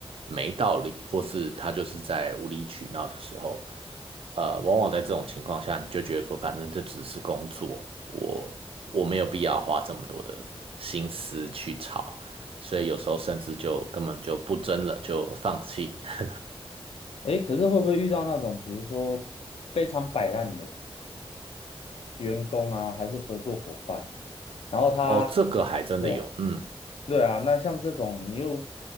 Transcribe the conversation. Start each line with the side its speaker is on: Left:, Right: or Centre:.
Right: 没道理，或是他就是在无理取闹的时候，呃，往往在这种情况下，你就觉得说，反正这只是工作，我我没有必要花这么多的心思去吵，所以有时候甚至就根本就不争了，就放弃。<laughs>
Left: 诶，可是会不会遇到那种，比如说非常摆烂的员工啊，还是合作伙伴，然后他，
Right: 哦，这个还真的有，
Left: 对啊，
Right: 嗯。
Left: 对啊，那像这种你又